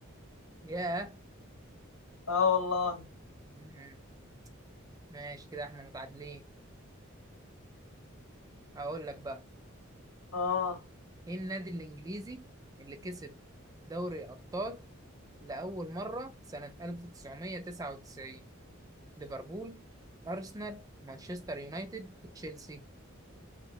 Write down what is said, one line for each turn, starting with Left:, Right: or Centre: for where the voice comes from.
Right: ياه
Left: اه والله
Right: مم. ماشي كده احنا متعادلين اقول لك بقى
Left: اه
Right: ايه النادي الانجليزي اللي كسب دوري ابطال لاول مره سنه 1999 ليفربول أرسنال مانشستر يونايتد تشيلسي